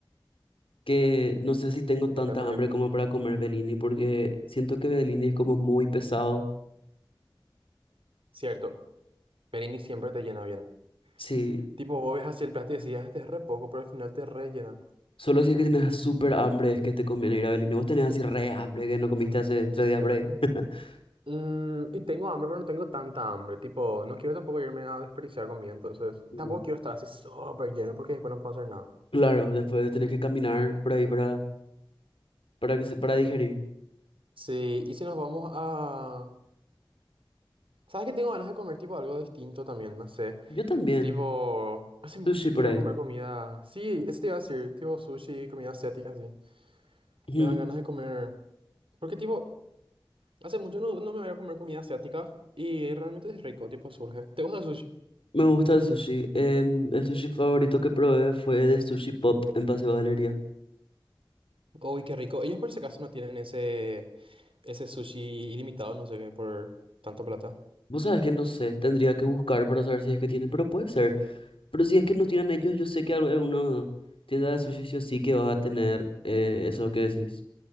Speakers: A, on the left; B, on the right.
A: que no sé si tengo tanta
B: ¿Por qué? ¿Por
A: hambre
B: qué?
A: como para comer Bellini, porque siento que Bellini es como muy pesado.
B: Cierto, Perini siempre te llena bien.
A: Sí,
B: Tipo, vos ves hacia el plato y decías, este es re poco, pero al final te rellena.
A: Solo si es que tenés súper hambre es que te conviene ir a Belén. Y Vos tenés así re hambre que no comiste hace tres días por ahí. <laughs>
B: Mm, y tengo hambre, pero no tengo tanta hambre. Tipo, no quiero tampoco irme a desperdiciar comida, entonces. Y
A: Mm.
B: tampoco quiero estar así súper lleno porque después no puedo hacer nada.
A: Claro, después tenés que caminar por ahí para, para, que se- para digerir.
B: Sí, y si nos vamos a. ¿Sabes que tengo ganas de comer tipo algo distinto también? No sé.
A: Yo también.
B: Tipo, hace mucho
A: Sushi por
B: quiero
A: ahí.
B: comer comida. Sí, eso te iba a decir. Tipo sushi, comida asiática, sí.
A: Ujú.
B: Me dan ganas de comer. Porque tipo, hace mucho no, no me voy a comer comida asiática y realmente es rico, tipo surge. ¿Te gusta el sushi?
A: Me gusta el sushi. Em, el sushi favorito que probé fue de Sushi Pop en Paseo Galería.
B: Uy, qué rico. Ellos por si acaso no tienen ese. Ese sushi ilimitado, no sé qué, por tanta plata.
A: Vos sabés que no sé, tendría que buscar para saber si es que tienen, pero puede ser. Pero si es que no tienen ellos, yo sé que alguna tienda de sushi sí o sí que va a tener eh, eso que decís.